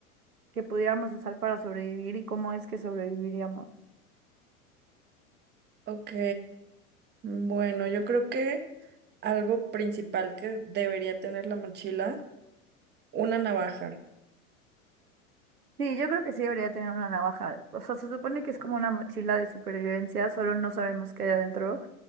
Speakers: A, on the right; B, on the right.
A: que pudiéramos usar para sobrevivir y cómo es que sobreviviríamos?
B: Ok, bueno, yo creo que algo principal que debería tener la mochila, una navaja.
A: Sí, yo creo que sí debería tener una navaja. O sea, se supone que es como una mochila de supervivencia, solo no sabemos qué hay adentro,